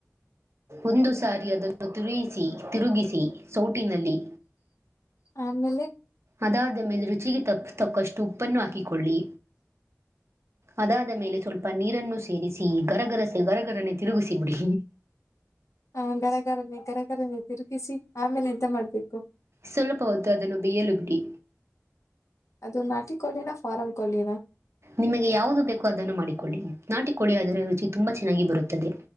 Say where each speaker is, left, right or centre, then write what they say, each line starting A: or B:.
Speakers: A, on the right; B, on the left.
A: ಒಂದು ಸಾರಿ ಅದನ್ನು ತಿರುವಿಸಿ ತಿರುಗಿಸಿ ಸೋಟಿನಲ್ಲಿ
B: ಆಮೇಲೆ
A: ಅದಾದ ಮೇಲೆ ರುಚಿಗೆ ತಪ್ಪ ತಕ್ಕಷ್ಟು ಉಪ್ಪನ್ನು ಹಾಕಿಕೊಳ್ಳಿ. ಅದಾದ ಮೇಲೆ ಸ್ವಲ್ಪ ನೀರನ್ನು ಸೇರಿಸಿ ಗರಗರಸೆ ಗರಗರನ್ನ ತಿರುಗಿಸಿ ಬಿಡಿ.
B: ಹ ಗರಗರನ್ನ ಗರಗರನ್ನ ತಿರುಗಿಸಿ ಆಮೇಲೆ ಎಂತ ಮಾಡ್ಬೇಕು.
A: ಸ್ವಲ್ಪ ಹೊತ್ತು ಅದನ್ನು ಬೇಯ್ಯಲು ಬಿಡಿ.
B: ಅದು ನಾಟಿ ಕೊಳ್ಳಿನ ಫಾರಂ ಕೊಳಿನ.
A: ನಿಮಗೆ ಯಾವುದು ಬೇಕೋ ಅದನ್ನು ಮಾಡಿಕೊಳ್ಳಿ ನಾಟಿಕೊಳ್ಳಿ ಅದರೆ ರುಚಿ ತುಂಬಾ ಚೆನ್ನಾಗಿ ಬರುತ್ತದೆ.